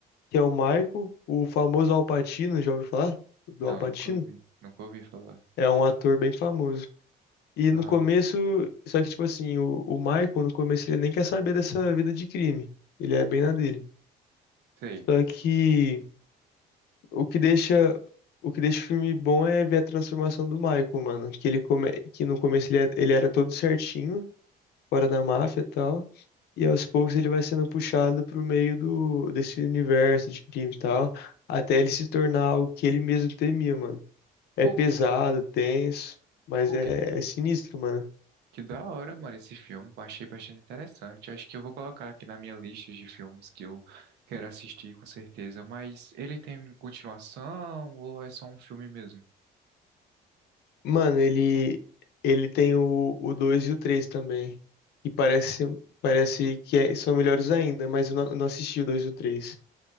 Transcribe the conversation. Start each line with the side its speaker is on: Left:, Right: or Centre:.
Left: que é o Michael, o famoso Al Pacino, já ouviu falar? Do
Right: Não,
Left: Al Pacino?
Right: nunca ouvi, nunca ouvi falar.
Left: É um ator bem famoso. E
Right: Ah,
Left: no começo, só que tipo assim, o, o Michael no começo ele nem quer saber dessa vida de crime. Ele é bem na dele.
Right: sei.
Left: Só que o que deixa o que deixa o filme bom é ver a transformação do Michael, mano, que ele come, que no começo ele, é- ele era todo certinho, fora da máfia e tal, e aos poucos ele vai sendo puxado pro meio do desse universo de crime e tal, até ele se tornar o que ele mesmo temia, mano. É
Right: Pô,
Left: pesado,
Right: que,
Left: tenso, mas
Right: pô,
Left: é
Right: que,
Left: é sinistro, mano.
Right: que da hora, mano, esse filme. Achei bastante interessante. Acho que eu vou colocar aqui na minha lista de filmes que eu quero assistir, com certeza. Mas ele tem continuação ou é só um filme mesmo?
Left: Mano, ele ele tem o o 2 e o 3 também. E parece parece que é- são melhores ainda, mas eu não, eu não assisti o 2 e o três.